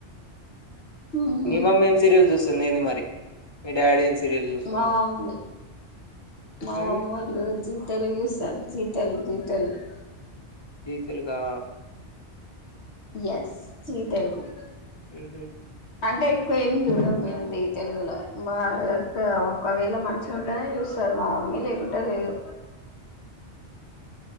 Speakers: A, on the left; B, on the left.
A: ఉహు
B: మీ మామ్ ఎ సీరియల్ చూస్తుందింది మరి మీ డాడీ సీరియల్ చూస్తుండు
A: మా మమ్మీ మా
B: ఉమ్
A: మామ్మళ్ళు జి తెలుగు చూస్తారు జీ తెలుగు జీ తెలుగు
B: జీ తెలుగు గా
A: ఎస్ జీ తెలుగు
B: ఆహ
A: అంటే ఎక్కువ ఏమి చూడంది తెలుగులో మా ఒకవేళ మంచిగుంటని చూస్తారు మా మమ్మీ లేకుట లేదు